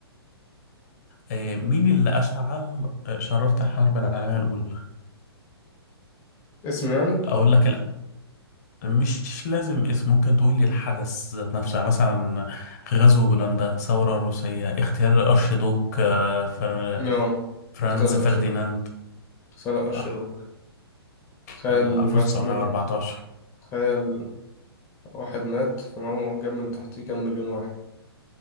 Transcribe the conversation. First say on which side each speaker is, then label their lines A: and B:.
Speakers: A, on the left; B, on the left.
A: آه مين اللي اشعل آه، شراره الحرب العالميه الاولى
B: اسم يعني؟
A: اقول لك لا مش لازم اسم ممكن تقول لي الحدث ذات نفسه يعني مثلا غزو بولندا ثوره روسيه اغتيال الارشيدوك آه فر...
B: آه
A: فرانز
B: اغتيال الأرشيدوك
A: فرديناند
B: اغتيال الأرشيدوك
A: صح
B: تخيل
A: كان 1914
B: مات م... تخيل واحد مات فمعه جاب من تحتيه كام مليون واحد